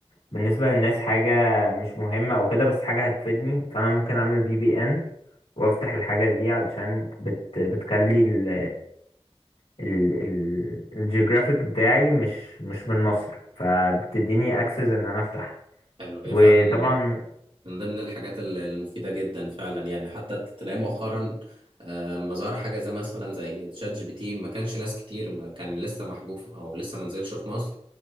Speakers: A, on the left; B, on the right.
A: بالنسبة للناس حاجة مش مهمة او كده بس حاجة هتفيدني فانا ممكن اعمل في بي ان وافتح الحاجة دي علشان بت بتخلي ال ال ال الجيوغرافيك بتاعي مش مش من مصر فبتديني اكسس ان انا افتح
B: حلو هي
A: وطبعا
B: فعلا من ضمن الحاجات ال- المفيدة جدا فعلا يعني حتى تلاقي مؤخرا آه، لما ظهر حاجة زي مثلا زي تشات جي بي تي ما كانش ناس كتير ما كان لسه محجوب في- أو لسه ما نزلش في مصر